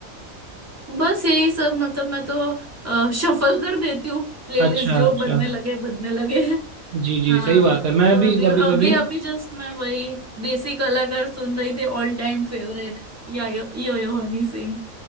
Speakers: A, on the right; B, on the right.
A: बस यही सब मतलब मैं तो शफल कर देती हूँ प्लेलिस्ट
B: अच्छा
A: जो
B: अच्छा
A: बदने लगे बदने लगे
B: जी जी
A: हाँ
B: सही बात है मैं
A: तो
B: भी
A: अभी
B: कभी
A: अभी
B: कभी
A: अभी जस्ट मैं वही देसी कलाकार सुन रही थी ऑल टाइम फेवरेट या यो, यो, यो हनी सिंह